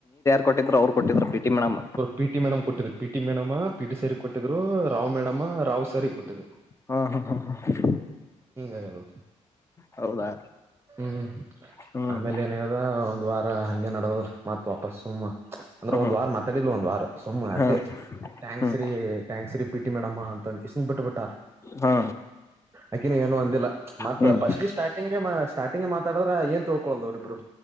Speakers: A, on the left; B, on the right.
A: ಕೊಟ್ಟಿದ್ರರು ಅವ್ರು ಕೊಟ್ಟಿದ್ರು ಪ್ರೀತಿ ಮೇಡಮ್.
B: ಪಿಟಿ ಮೇಡಮ್ ಕೊಟ್ಟ್ರು ಪಿಟಿ ಮೇಡಮ ಪಿಟಿ ಸರಗೆ ಕೊಟ್ಟಿದರು ರಾವ್ ಮೇಡಮ ರಾವ್ ಸರ್ ಗೆ ಕೊಟ್ಟಿದ್ರು.
A: ಹಾ ಹಾ ಹಾ ಹಾ.
B: ಹಿಂಗದು
A: ಹೌದಾ
B: ಹ್ಮ್
A: ಹ್ಮ್
B: ಆಮೇಲೆ ಏನ ಒಂದ್ ವಾರ ಹಂಗೆ ನಡೆದಿದ ಮತ್ ವಾಪಸ್ ಅಂಗೆ ಸುಮ್ ಅಂದ್ರೆ ಒಂದ್
A: ಹ್ಮ್
B: ವಾರ ಮಾತಾಡಿಲ್ ಒಂದ್ ವಾರ ಸುಮ್ಅಟ್ಟೆ.
A: ಹಾ
B: ಥ್ಯಾಂಕ್ಸ್
A: ಹ್ಮ್
B: ರೀ ಥ್ಯಾಂಕ್ಸ್ ರೀ ಪಿಟಿ ಮೇಡಮ್ಮಾ ಅಂತ ಅಂದನ ಬಿಟ್ಟು ಬಿಟ್ಟ.
A: ಹಾ
B: ಆಕಿನ ಏನು ಅಂದಿಲ್ಲ ಮತ್ತ
A: ಹ್ಮ್
B: ಫಸ್ಟ್ ಸ್ಟಾರ್ಟಿಂಗ್ಗೆ ಸ್ಟಾರ್ಟ <unintelligible> ಮಾತಾಡಿದ್ರ ಏನ್ ತಿಳ್ಕೊಳದ ಅವರು ಇಬ್ರು.